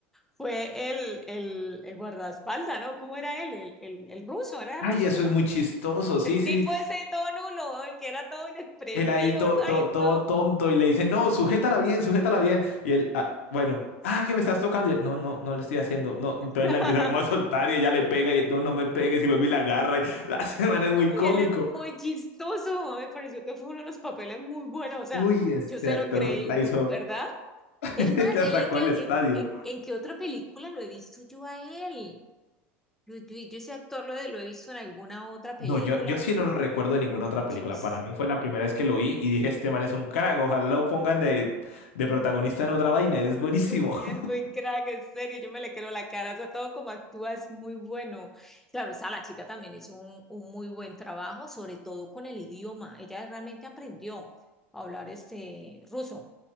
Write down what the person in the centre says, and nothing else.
fue el, el, el guardaespaldas, ¿no? ¿Cómo era él? El, el, el ruso, era
ruso,
¿verdad?
El
tipo ese todo nulo, el que era todo inexpresivo,
ay no.
<laughs>
Y
él es muy chistoso, me pareció que fue uno de los papeles muy buenos, o sea,
yo se
lo creí,
mu-
¿verdad?
El más,
él
en qué,
en, en- en qué otra película lo he visto yo a él. Yo, yo- yo ese actor lo, he- lo he visto en alguna otra película.
Dios,
muy-
es muy crack, en serio, yo me le creo la cara, o sea, todo como actúa es muy bueno. Claro, o sea, la chica también hizo un, un muy buen trabajo, sobre todo con el idioma. Ella realmente aprendió a hablar este ruso.